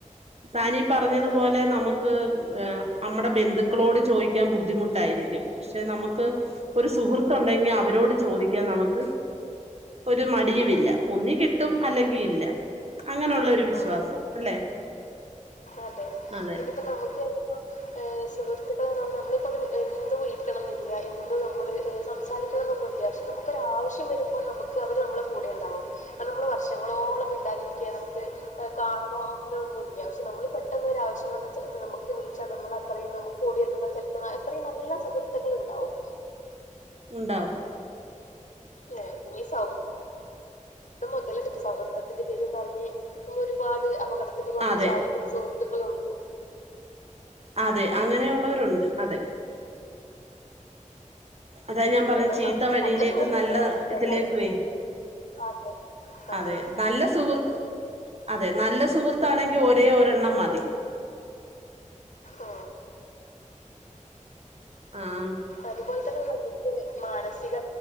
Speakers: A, on the right; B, on the left.
A: താനീ പറഞ്ഞതുപോലെ
B: ആ അതെ
A: നമുക്ക് നമ്മുടെ ബന്ധുക്കളോട് ചോദിക്കാൻ ബുദ്ധിമുട്ട് ട്ടായിരിക്കും, പക്ഷെ നമുക്ക് ഒരു സുഹൃത്തുണ്ടെങ്കി അവരോട് ചോദിക്കാൻ നമുക്ക് ഒരു മടിയുമില്ല.
B: ആ
A: ഒന്നി കിട്ടും അല്ലെങ്കി ഇല്ല. ഒര് വിശ്വാസം
B: ആ
A: അല്ലെ?
B: അതെ,
A: അതെ
B: ഇനിയിപ്പോ നമുക്ക്പ്പോ സുഹൃ <unintelligible> നമ്മളിപ്പൊ എന്നും വിളിക്കണംന്നില്ല, എന്നുംനമ്മള് സംസാരിക്കണം എന്നൊന്നുല്ല പക്ഷെ നമുക്കൊരാവശ്യം വരുമ്പോൾ നമുക്ക് അവര് നമ്മളെ കൂടെ ഇണ്ടാവും. നമ്മൾ വർഷങ്ങളോളം മിണ്ടാതിരിക്യ നമുക്ക് കാണോന്നൂല്ല, പക്ഷെ നമ്മൾ പെട്ടെന്ന് ഒരു ആവശ്യം വന്നാൽ ചെലപ്പോ നമുക്ക് വിളിച്ചാൽ നമ്മൾ അത്രയും നമുക്ക് ഓടിയെത്തുന്ന ചെലപ്പോ എത്രയും നല്ല സുഹൃത്തുക്കൾ ഉണ്ടാവും
A: ഉണ്ടാവും.
B: ലെ ഇനി സൗ <unintelligible> മുതല് സൗഹൃദത്തിന്റെ പേരും പറഞ്ഞ് ഒരുപാട് അപകട <unintelligible> കൊണ്ട്
A: അതെ
B: ചാടിക്കുന്ന സുഹൃത്തുക്കളുണ്ട്.
A: അതെ അങ്ങനെയുള്ളവരുണ്ട് അതെ. അതാ ഞാൻ പറഞ്ഞെ
B: ഇതിപ്പോ
A: ചീത്ത
B: നമുക്ക്
A: വഴിയിലേക്കും
B: നല്ല സുഹൃത്തുക്കളെ
A: നല്ല
B: കിട്ടട്ടെ
A: ഇതിലേക്കുഏ
B: എല്ലാവർക്കും <unintelligible> ആഹ്
A: അതെ, നല്ല സുഹൃത് അതെ നല്ല സുഹൃത്താണെങ്കിൽ ഒരേ ഒരെണ്ണം മതി.
B: ഓ
A: ആം
B: അതുപോലെ തന്നെ നമുക്ക്, മാനസിക